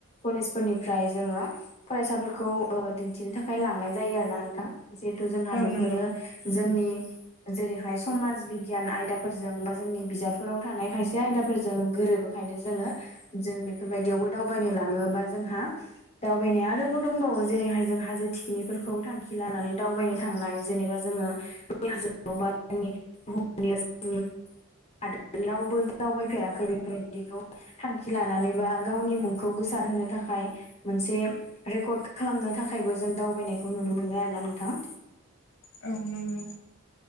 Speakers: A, on the left; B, on the left.
A: कलेजफोरनिफ्राय जोङो फरायसाफोरखौ दिन्थिनो थाखाय लांनाय जायो आरोना नोंथां। जिहेथु जोंहा
B: औ
A: बेफोरो
B: नंगौ
A: जोंनि। जेरैहाय समाज बिगियान आयदाफोरजों बा जोंनि बिजाबफोराव थानाय खायसे आयदाफोरजों गोरोबो। ओंखायनो जोङो जों बेफोरबायदियावबो दावबायनो लाङोबा जोंहा दावबायनाया आरोबाव दंबावो जेरैहाय जों हाजो थिखिनिफोरखौ थांखि लानानै दावबायनो थांनाय जेनेबा जोङो बै हाजोखौ बा <inaudible> हाजोखौनो रावबो दावबाय फेराखै बेफोर बादिखौ। थांखि लानानै बा गावनि मुंखौ गोसारहोनो थाखाय। मोनसे रेकर्ड खालामनो थाखायबो जों दावबायनायखौ नुनो मोनो आरोना नोंथां।
B: औ नंगौ।